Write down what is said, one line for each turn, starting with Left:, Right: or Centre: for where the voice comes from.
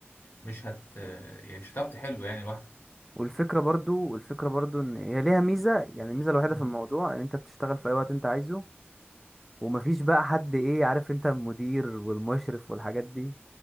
Left: مش هت يعني مش هتعرف تحله يعني لوحدك
Centre: والفكره برضو والفكره برضو ان هي ليها ميزه يعني الميزه الوحيده
Left: مم.
Centre: في الموضوع ان انت بتشتغل في اي وقت انت عايزه ومفيش بقى حد ايه عارف انت المدير والمشرف والحاجات دي